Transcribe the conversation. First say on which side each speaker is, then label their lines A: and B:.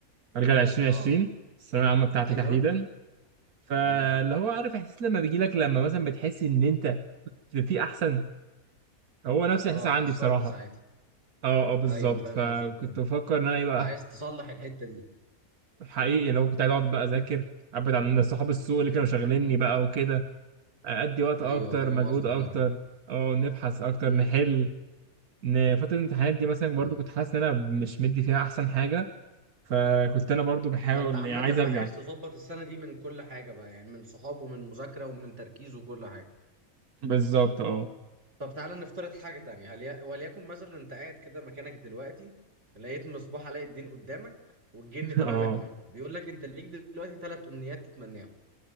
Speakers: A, on the right; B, on the right.
A: ارجع ل 2020
B: اه
A: الثانوية العامة بتاعتي
B: ايوه
A: تحديدا فاللي
B: تمام
A: هو عارف احساس لما بيجي لك لما مثلا بتحس ان انت في احسن هو نفس
B: اه
A: الاحساس عندي
B: قصرت
A: بصراحه
B: ساعتها
A: اه اه بالظبط
B: ايوه فاهم
A: فكنت
B: قصدك اه
A: بفكر ان انا ايه بقى
B: عايز تصلح الحتة دي
A: حقيقي لو كنت عايز اقعد بقى اذاكر ابعد عن صحاب السوق اللي كانوا شاغليني بقى وكده ادي وقت
B: ايوه
A: اكتر
B: فاهم
A: مجهود
B: قصدك
A: اكتر
B: اه
A: اه نبحث اكتر
B: امم
A: نحل ان فتره الامتحانات دي مثلا برضو
B: ايوه
A: كنت حاسس ان انا مش مدي فيها احسن حاجه فكنت انا برضو بحاول
B: فانت عامة
A: يعني عايز ارجع
B: بقى عايز تظبط السنة دي من كل حاجة بقى يعني من صحاب ومن مذاكرة ومن تركيز وكل حاجة
A: بالظبط اه
B: طب تعالى نفترض حاجة تانية هل ي... وليكن مثلا انت قاعد كده مكانك دلوقتي لقيت مصباح علاء الدين قدامك والجن
A: <laughs>
B: طالع
A: اه
B: لك منه بيقول لك انت ليك دلوقتي ثلاث امنيات تتمناهم